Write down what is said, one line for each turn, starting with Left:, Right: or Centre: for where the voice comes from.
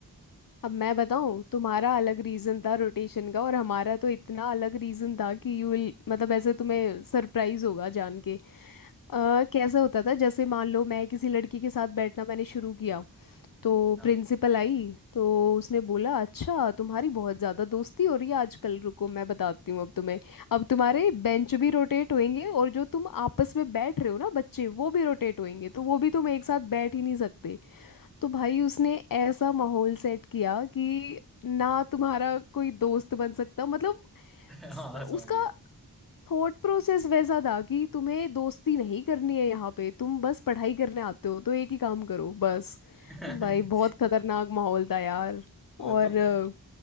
Left: अब मैं बताऊँ तुम्हारा अलग रीजन था रोटेशन का और हमारा तो इतना अलग रीजन था कि यू विल मतलब ऐसे तुम्हें सरप्राइज होगा जान के अ, कैसा होता था जैसे मान लो मैं किसी लड़की के साथ बैठना मैंने शुरू किया तो
Centre: हाँ
Left: प्रिंसिपल आई तो उसने बोला अच्छा तुम्हारी बहुत ज़्यादा दोस्ती हो रही है आजकल रुको मैं बताती हूँ अब तुम्हें अब तुम्हारे बेंच भी रोटेट होंगे और जो तुम आपस में बैठ रहे हो ना बच्चे वो भी रोटेट होंगे तो वो भी तुम एक साथ बैठ ही नहीं सकते तो भाई उसने ऐसा माहौल सेट किया कि ना तुम्हारा कोई दोस्त बन सकता मतलब
Centre: <laughs>
Left: स-
Centre: हाँ समझ
Left: उसका
Centre: गया
Left: थॉट प्रोसेस वैसा था कि तुम्हें दोस्ती नहीं करनी है यहाँ पे तुम बस पढ़ाई करने आते हो तो एक ही काम करो बस
Centre: वो
Left: भाई बहुत खतरनाक माहौल था यार और
Centre: तो
Left: अ,